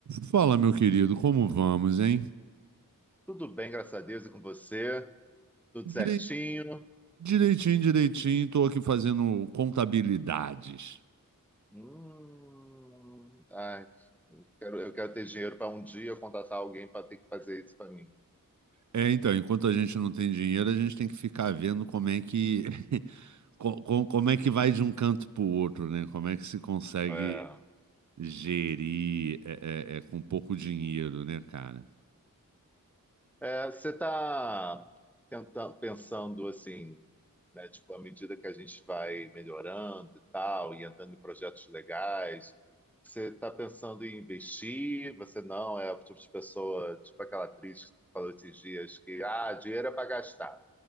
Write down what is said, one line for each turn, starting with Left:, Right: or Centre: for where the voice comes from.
Right: Fala, meu querido, como vamos, hein?
Centre: Tudo bem, graças a Deus, e com você? Tudo
Right: Direi-
Centre: certinho?
Right: Direitinho, direitinho, tô aqui fazendo contabilidades.
Centre: Hum, ai, eu quero, eu quero ter dinheiro para um dia contratar alguém para ter que fazer isso para mim.
Right: É, então, enquanto a gente não tem dinheiro, a gente tem que ficar vendo como é que <laughs> co- co- como é que vai de um canto para o outro, né? Como é que se consegue
Centre: É.
Right: gerir é, é, é, com pouco dinheiro, né, cara?
Centre: É, você está pensando assim, né? Tipo, à medida que a gente vai melhorando e tal, e entrando em projetos legais, você está pensando em investir? Você não é o tipo de pessoa, tipo aquela atriz que falou esses dias que, ah, dinheiro é para gastar.